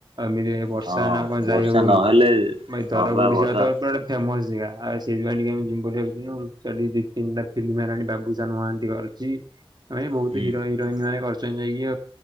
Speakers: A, on the right (about 45°); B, on the right (about 75°).
A: ଏମିତି ବର୍ଷା
B: ହଁ
A: ହେନେ ଆଉକଣ
B: ବର୍ଷା
A: ଯାଇହବ
B: ନହେଲେ
A: କି ଭାଇ
B: ହଁ
A: ଧରପଡିଶା
B: ବା ବର୍ଷା
A: ତ ଏପଟେ ଫେମସ୍ ଯେଗା ଆଉ ସେଇଥି ପାଇଁ ଟିକେ ଆମେ ଜିମୁଁ ବୋଲି ଭାବିଥିଲୁ ଛୁଆ ଦି ତିନିଟା ଫିଲ୍ମ ରାଣୀ ବାବୁସାନ ମହାନ୍ତି କରୁଛି ଆମେ ବି ବହୁତ
B: ହୁଁ
A: ହିରୋ ହିରୋଇନ୍ ସାଙ୍ଗେ କରିଛୁ।